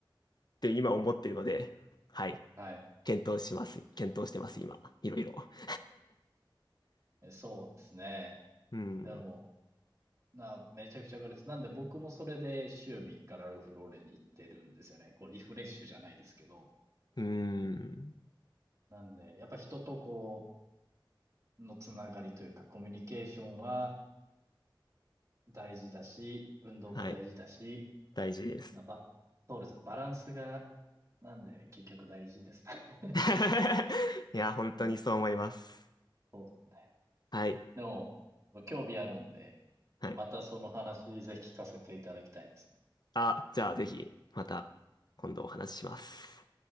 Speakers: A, on the left; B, on the right.
A: って今思ってるので、はい。
B: はい。
A: 検討します。検討してます、今。いろいろ。<laughs>
B: えそうですね。
A: うん。
B: でも、な、めちゃくちゃわかります。なんで僕もそれで週3日ラルフローレンに行ってるんですよね。こう、リフレッシュじゃないですけど。
A: うん。
B: なんで、やっぱ人とこう、のつながりというか、コミュニケーションは大事だし、運動も大事だし、
A: はい。大事です。
B: なば、そうですね。バランスがなんで、結局大事ですね。<laughs>
A: <laughs> いや、本当にそう思います。
B: うん。そうですね。
A: はい。
B: でも、興味あるんで、
A: はい。
B: またその話ぜひ聞かせていただきたいですね。
A: あ、じゃあぜひ、また今度お話しします。